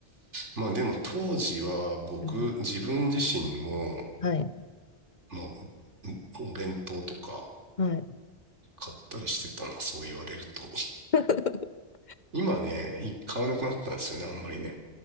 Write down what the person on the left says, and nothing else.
うん
はい、
はい。
<laughs>